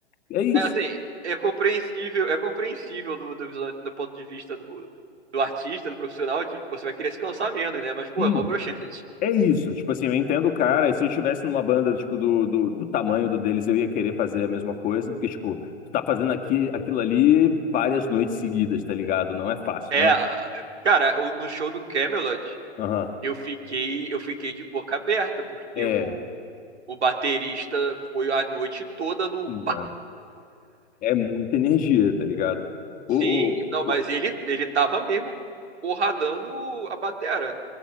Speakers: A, on the left (about 25°); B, on the right (about 75°).
A: é isso.
B: é assim, é compreensível, é compreensível do, do, visão- do ponto de vista do, do artista, do profissional, que você vai querer se cansar menos, né? Mas, pô,
A: Sim.
B: é mó broxante. <laughs>
A: É isso, tipo assim, eu entendo o cara, e se eu estivesse numa banda, tipo, do, do, do tamanho do deles, eu ia querer fazer a mesma coisa, porque, tipo, tu tá fazendo aqui, aquilo ali várias noites seguidas, tá ligado? Não é fácil,
B: É,
A: não.
B: ah, cara, o- no show do Camelot.
A: Aham.
B: Eu fiquei, eu fiquei de boca aberta, porque
A: É,
B: o, o baterista foi a noite toda no.
A: sim, mano. É muita energia, tá ligado? O,
B: Sim,
A: o,
B: não,
A: o-
B: mas ele, ele tava mesmo porradando a batera.